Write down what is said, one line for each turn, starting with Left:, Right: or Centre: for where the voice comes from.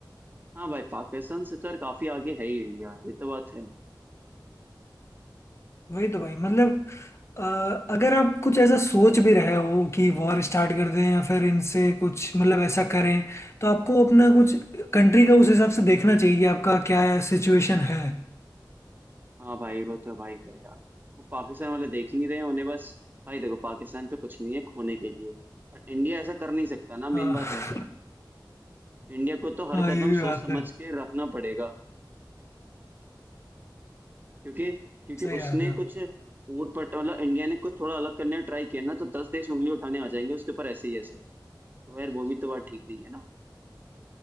Right: हाँ भाई पाकिस्तान से तो यार काफी आगे है ही इंडिया ये तो बात है
Left: वही तो भाई मतलब अ, अगर आप कुछ ऐसा सोच भी रहे हो कि वॉर स्टार्ट कर दें या फिर इनसे कुछ मतलब ऐसा करें तो आपको अपना कुछ कंट्री का उस हिसाब से देखना चाहिए कि आपका क्या सिचुएशन है
Right: हाँ भाई वो तो भाई है यार वो पाकिस्तान वाले देख ही नहीं रहे हैं उन्हें बस भाई देखो पाकिस्तान तो कुछ नहीं है खोने के लिए पर इंडिया ऐसा कर नहीं सकता ना मेन
Left: हाँ
Right: बात है
Left: <laughs>
Right: इंडिया को तो हर
Left: हाँ
Right: कदम
Left: ये भी
Right: सोच
Left: बात
Right: समझ
Left: है
Right: के रखना पड़ेगा क्योंकि क्योंकि
Left: सही
Right: उसने
Left: बात है
Right: कुछ ऊट पट मतलब इंडिया ने कुछ थोड़ा अलग करने का ट्राई किया ना तो दस देश उंगली उठाने आ जाएंगे उसके ऊपर ऐसे ही ऐसे तो यार वो भी तो बात ठीक नहीं है ना